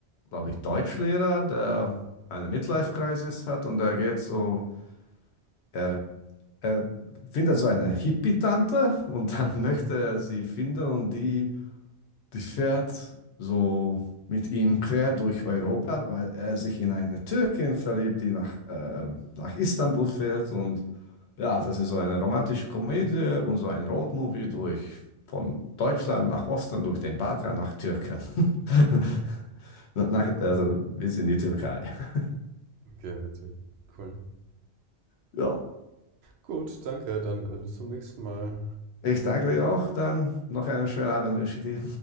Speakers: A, on the left; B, on the right.
A: glaube ich, Deutschlehrer, der eine Midlife-Crisis hat und er geht so. Er Er findet so eine Hippie-Tante und dann <laughs> möchte er sie finden und die, die fährt so mit ihm quer durch Europa, weil er sich in eine Türkin verliebt, die nach, äh, nach Istanbul fährt. Und ja, das ist so eine romantische Komödie und so ein Roadmovie durch von Deutschland nach Osten, durch den Balkan nach Türken. <laughs>
B: <laughs>
A: Nach, also bis in die Türkei. <laughs>
B: Okay, witzig. Cool.
A: Ja,
B: Gut, danke. Dann äh, bis zum nächsten Mal.
A: ich danke dir auch. Dann noch einen schönen Abend wünsche ich dir.